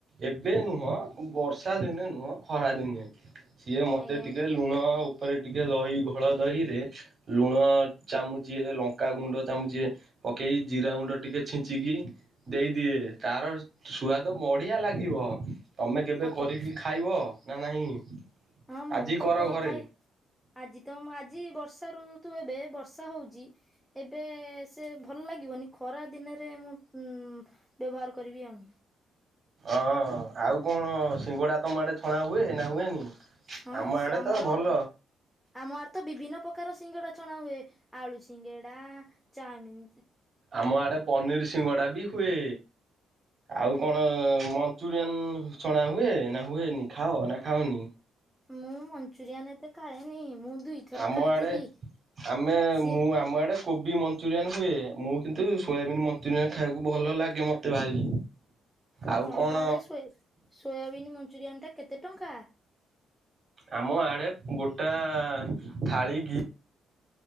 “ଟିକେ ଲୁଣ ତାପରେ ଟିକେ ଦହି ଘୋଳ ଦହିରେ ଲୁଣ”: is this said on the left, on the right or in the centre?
Right